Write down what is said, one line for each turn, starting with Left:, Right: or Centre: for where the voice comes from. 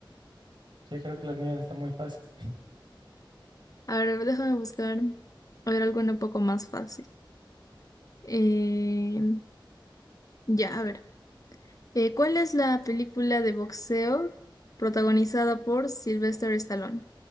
Right: yo creo que las mías están muy fáciles. <laughs>
Left: A ver, déjame buscar. A ver, algo un poco más fácil. Eh, ya, a ver. Eh, ¿cuál es la película de boxeo protagonizada por Sylvester Stallone?